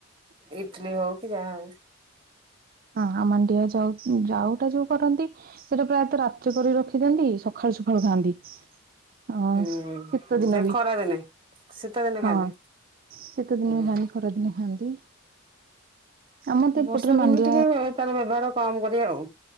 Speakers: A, on the right; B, on the right.
A: ଇଟଲି ହଉକି ଆଉ।
B: ହଁ ଆମ ଡିଅ ଯାଉ ଯାଉଟା ଯୋଉ କରନ୍ତି। ସେଇଟା ପ୍ରାୟତଃ ରାତି କରି ରଖିଥାିନ୍ତି ସଖାଳୁ ସକାଳୁ ଖାଆନ୍ତି। ହଁ
A: ହୁଁ
B: ଶୀତ ଦିନ
A: ଏ
B: ବି
A: ଖରା ଦିନେ। ଶୀତ ଦିନେ
B: ହଁ।
A: ଖାଆନ୍ତି
B: ଶୀତେ ଦିନ
A: ହୁଁ
B: ବି ଖାଆନ୍ତି ଖରାଦିନେ ଖାଆନ୍ତି ଆମର ତ ଏପଟରେ
A: ବର୍ଷା ଦିନେ
B: ମାଣ୍ଡି
A: ଟିକେ ଭ ତାର ବ୍ୟବହାର କମ କରିବା ଆଉ।